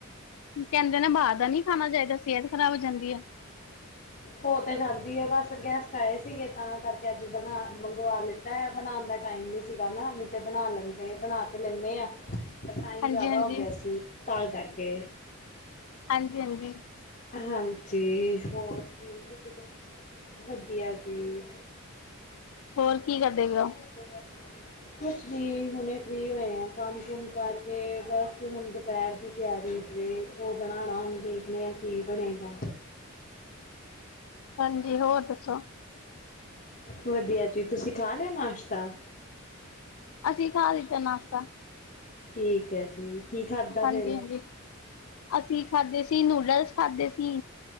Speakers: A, on the left; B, on the left.
A: ਕਹਿੰਦੇ ਨਾ ਬਾਹਰ ਦਾ ਨੀ ਖਾਣਾ ਚਾਹੀਦਾ ਸਿਹਤ ਖਰਾਬ ਜਾਂਦੀ ਹੈ।
B: ਹੋ ਤੇ ਜਾਂਦੀ ਐ ਬਸ ਗੈਸਟ ਆਏ ਸੀਗੇ ਤਾਂ ਕਰਕੇ ਅੱਜ ਬਣਾ ਮੰਗਵਾ ਲਿੱਤਾ ਬਣਾਣ ਦਾ ਟਾਈਮ ਨੀ ਸੀਗਾ ਨਈ ਤੇ ਬਣਾ ਲੈਂਦੇ ਬਣਾ ਤੇ ਲੈਂਦੇ ਆ। ਪਰ ਟਾਈਮ
A: ਹਾਂਜੀ
B: ਜ਼ਿਆਦਾ
A: ਹਾਂਜੀ
B: ਹੋ ਗਿਆ ਸੀ ਤਾਂ ਕਰਕੇ
A: ਹਾਂਜੀ-ਹਾਂਜੀ,
B: ਹਾਂਜੀ, ਹੋਰ ਜੀ ਤੁਸੀਂ ਦੱਸੋ? ਵਧੀਆ ਜੀ।
A: ਹੋਰ ਕੀ ਕਰਦੇ ਪਏ ਔ?
B: <inaudible> ਕੁਛ ਵੀ ਹੁਣੇ ਫਰੀ ਹੋਏ ਆ ਕੰਮ ਕੁਮ ਕਰਕੇ ਬਸ ਹੁਣ ਪਹਿਰ ਦੀ ਤਿਆਰੀ ਜੇ ਉਹ ਬਣਾਣਾ ਐ ਦੇਖਦੇ ਆ ਹੁਣ ਕੀ ਬਣੇਗਾ।
A: ਹਾਂਜੀ ਹੋਰ ਦੱਸੋ?
B: ਵਧੀਆ ਜੀ ਤੁਸੀਂ ਖਾ ਲਿਆ ਨਾਸ਼ਤਾ?
A: ਅਸੀਂ ਖਾ ਲਿਤਾ ਨਾਸ਼ਤਾ।
B: ਠੀਕ ਐ ਜੀ। ਕੀ ਖਾਧਾ
A: ਹਾਂਜੀ
B: ਫਿਰ
A: ਹਾਂਜੀ, ਅਸੀਂ ਖਾਦੇ ਸੀ ਨੂਡਲਸ ਖਾਦੇ ਸੀ।